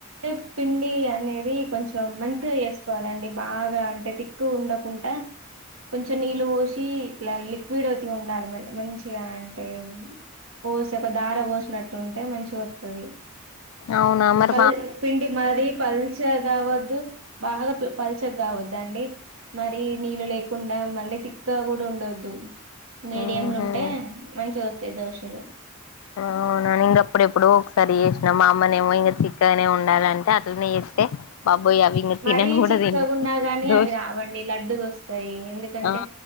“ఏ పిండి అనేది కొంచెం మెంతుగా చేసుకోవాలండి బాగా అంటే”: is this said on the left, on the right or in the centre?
Right